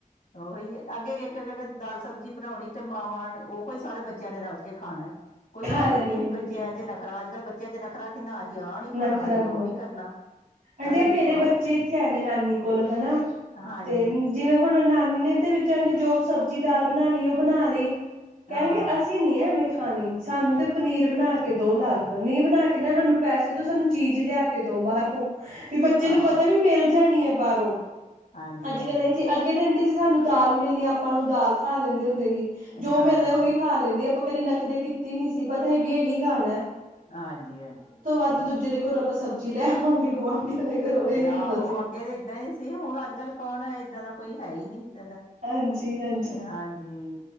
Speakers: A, on the left; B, on the right.
A: ਉਹੀ ਹੀ ਏ ਅੱਗੇ ਇੱਕ ਦਾਲ ਸਬਜ਼ੀ ਬਣਾਉਣੀ, ਤੇ ਮਾਵਾਂ ਨੇ ਉ ਹੀ ਸਾਰੇ ਬੱਚਿਆਂ ਨੇ ਰਲ ਕੇ ਖਾਣਾ ਕੋਈ
B: ਖਾ
A: ਹੈ
B: ਲੈਣੇ
A: ਹੀ ਨੀ
B: ਆਂਟੀ
A: ਬੱਚਿਆਂ
B: ਜੀ
A: ਚ ਨਖਰਾ ਅੱਜ ਕੱਲ। ਬੱਚਿਆਂ ਚ ਨਖਰਾ ਕਿੰਨਾ ਆ ਗਿਆ ਆਹ ਨੀ ਖਾਣਾ
B: ਨਖਰਾ
A: ਅਹੀ
B: ਬਹੁਤ
A: ਉਹ ਨੀ ਕਰਨਾ
B: ਆਂਟੀ
A: ਆਹੀ
B: ਮੇਰੇ
A: ਕੁ।
B: ਬੱਚੇ ਇੱਥੇ ਆ ਨੇ ਨਾਨੀ ਕੋਲ ਹਨਾ
A: ਹਾਂਜੀ
B: ਤੇ ਜਿਵੇਂ। ਹੁਣ ਨਾਨੀ ਨੇ ਤੇ ਵਿਚਾਰੀ ਨੇ ਜੋ ਸਬਜ਼ੀ ਦਾਲ ਬਣਾਉਣੀ ਉਹ ਬਣਾ ਲਈ ਕਹਿਣਗੇ
A: ਹਾਂ
B: ਅਸੀਂ ਨੀ ਐਵੇਂ ਖਾਣੀ ਸਾਨੂੰ ਤੇ ਪਨੀਰ ਬਣਾ ਕੇ ਦੋ ਅਲੱਗ ਨੀਂਹ ਬਣਾ ਕੇ ਨਾ ਸਾਨੂੰ। ਪੈਸੇ ਦੋ ਸਾਨੂੰ ਚੀਜ਼ ਲਿਆ ਕੇ ਦੋ ਬਾਹਰੋਂ। ਵੀ ਬੱਚੇ ਨੂੰ
A: ਆਹ
B: ਪਤਾ ਵੀ ਮਿਲ ਜਾਣੀ ਹੈ ਬਾਹਰੋਂ
A: ਹਾਂਜੀ
B: ਅੱਜ
A: ਹਾਂਜੀ
B: ਕੱਲ ਇਹ ਜੀ ਅ। ਕਹਿੰਦੇ ਆਂਟੀ ਜੀ ਸਾਨੂੰ ਦਾਲ ਮਿਲਣੀ ਆ ਆਪਾਂ ਨੂੰ ਦਾਲ ਖਾ ਲੈਂਦੇ ਹੁੰਦੇ ਸੀ ਜੋ
A: ਹਾਂਜੀ
B: ਮਿਲਦਾ ਉਹੀ ਖਾ ਲੈਂਦੇ ਆਪਾਂ। ਕਦੇ ਨਖਰੇ ਕੀਤੇ ਨੀ ਸੀ ਪਤਾ ਸੀ ਕਿ ਇਹੀ ਖਾਣਾ।
A: ਹਾਂਜੀ-ਹਾਂਜੀ।
B: ਇੱਕ ਦੂਜੇ ਦੇ ਘਰੋਂ ਆਪਾਂ ਸਬਜ਼ੀ ਲੈ ਆਵਾਂਗੇ ਗੁਆਂਢੀਆਂ ਦੇ ਘਰੋਂ। ਇਹੀ
A: ਆਹੋ
B: ਹੁੰਦਾ ਸੀ
A: ਅੱਗੇ ਤਾਂ ਇਦਾਂ ਹੀ ਸੀ ਹੁਣ ਅੱਜ ਕੱਲ੍ਹ ਕੌਣ ਇਦਾਂ ਦਾ ਕੋਈ ਹੈ ਹੀ ਨੀ ਇੱਦਾਂ ਦਾ।
B: ਹਾਂਜੀ-ਹਾਂਜੀ।
A: ਹਾਂਜੀ।